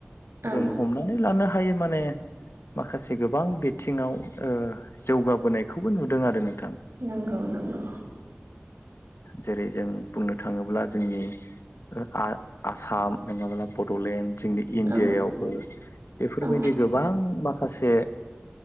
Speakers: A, on the right; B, on the left.
A: औ
B: जों हमनानै लानो हायो माने माखासे गोबां बिथिङाव जौगाबोनायखौबो नुदों आरो नों
A: नंगौ नंगौ
B: जेरै जों बुंनो थाङोब्ला जोंनि ओ आ आसाम नङाब्ला बड'लेण्ड जोंनी इण्डियायावबो
A: औ
B: बेफोरबायदि
A: औ
B: गोबां बा माखासे